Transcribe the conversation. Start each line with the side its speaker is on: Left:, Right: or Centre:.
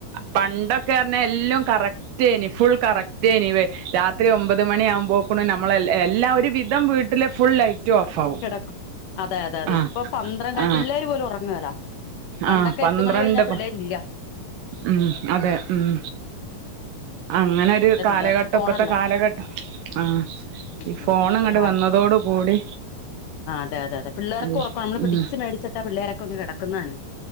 Right: പണ്ടൊക്കെന്ന് പറഞ്ഞാൽ എല്ലാം കറക്റ്റായിനി ഫുൾ കറ എനിവേ രാത്രി ഒമ്പത് മണി ക്ടായിനി രാത്രി ഒൻപത് മണി ആകുമ്പോക്കണ് നമ്മള് എല്ലാം ഒരു വിധം വീട്ടിലെ ഫുൾ ലൈ റ്റും ഓഫാവും
Left: കിടക്കും അതെ അതെ അതെ
Right: ആഹ്
Left: ഇപ്പം പന്ത്രണ്ടായി
Right: ആഹ്
Left: പിള്ളേര് പോലും ഉറങ്ങുകേല പണ്ടൊക്കെ
Right: ആഹ് പന്ത്രണ്ട്
Left: എട്ട് മണി കഴിഞ്ഞാൽ പിള്ളേരില്ല
Right: പ ഉം അതെ ഉം അങ്ങനൊരു
Left: അല്ല
Right: കാലഘട്ടം
Left: പിള്ളേർക്കും ഫോണല്ലേ
Right: ഇപ്പത്തെ കാലഘട്ടം ആഹ്
Left: ഉം
Right: ഈ ഫോൺ
Left: ഉം ഇപ്പോഴത്തെ
Right: ഇങ്ങട്ട് വന്നതോടു കൂടി
Left: ആഹ് അതെ അതെ അതെ പിള്ളേർക്ക്
Right: അൽ
Left: ഉറക്കം നമ്മള് പിടിച്ച്
Right: ഉം
Left: മേടിച്ചിട്ടാ പിള്ളേരൊക്കെ ഒന്ന് കിടക്കുന്ന തന്നെ